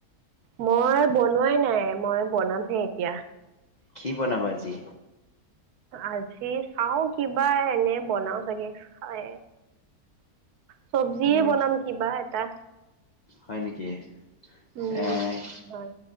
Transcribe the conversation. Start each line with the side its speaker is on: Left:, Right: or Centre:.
Right: মই বনোৱাই নাই, মই বনামহে এতিয়া।
Left: কি বনাবা আজি?
Right: আজি চাওঁ কিবা এনে বনাওঁ চাগে খাই। চব্জিয়ে
Left: উম
Right: বনাম কিবা এটা।
Left: হয় নেকি, এই
Right: উম। হয়।